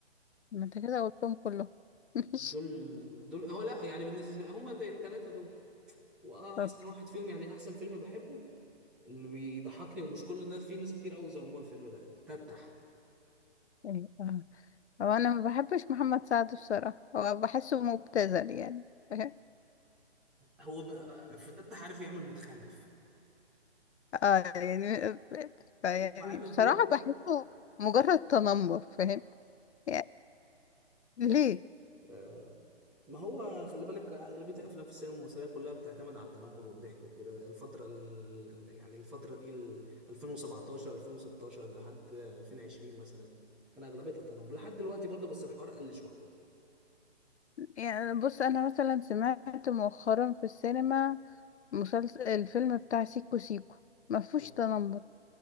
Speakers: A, on the left; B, in the centre.
A: ما انت كده قلتهم كلهم <laughs>
B: دول دول هو لا يعني بالنسبه هم الثلاثه دول واحسن
A: ماشي
B: واحد فيهم يعني احسن فيلم بحبه اللي بيضحكني ومش كل الناس في ناس كتير قوي ظلموه الفيلم ده تتح
A: إيه، اه هو انا ما بحبش محمد سعد بصراحة هو بحسه مبتذل يعني <laughs>
B: هو ب... في تتح عارف يعمل متخلف
A: اه يعني ف- يعني
B: هو عامل
A: بصراحة
B: دور
A: بحسه مجرد تنمر فاهم يعني ليه
B: آه، ما هو خلي بالك أغلبية الأفلام في السينما المصرية كلها بتعتمد على التنمر والضحك وكده الفترة ال... ال- يعني الفترة دي ال 2017 2016 لحد 2020 مثلا كان أغلبيتها تنمر لحد دلوقتي برضه بس الحوار قل شوية
A: يعني بص انا مثلا سمعت مؤخرا في السينما مسلسل الفيلم بتاع سيكو سيكو ما فيهوش
B: آه.
A: تنمر